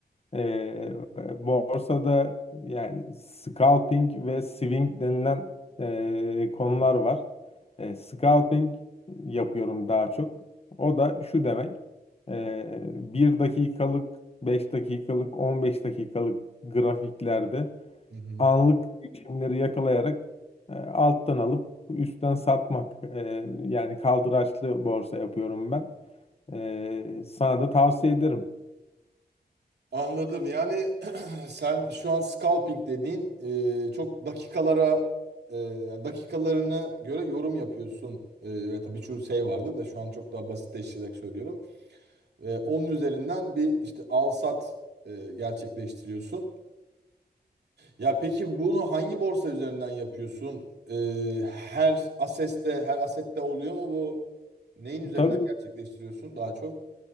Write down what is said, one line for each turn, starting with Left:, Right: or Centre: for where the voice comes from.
Left: Ee, borsada yani scalping ve swing denilen e, konular var. E, scalping yapıyorum daha çok. O da şu demek. E, 1 dakikalık, 5 dakikalık, 15 dakikalık grafiklerde
Right: hı. hı.
Left: anlık değişimleri yakalayarak e, alttan alıp üstten satmak. E, yani kaldıraçlı borsa yapıyorum ben. E, sana da tavsiye ederim.
Right: Anladım. Yani <clears throat> sen şu an scalping dediğin e, çok dakikalara e, yani dakikalarına göre yorum yapıyorsun. E, ve tabii birçok şey vardı da şu an çok daha basitleştirerek söylüyorum. Ve onun üzerinden bir işte al sat e, gerçekleştiriyorsun. Ya peki bunu hangi borsa üzerinden yapıyorsun? E, her aseste, her asette oluyor mu bu? Neyin üzerinden
Left: Tabii
Right: gerçekleştiriyorsun daha çok?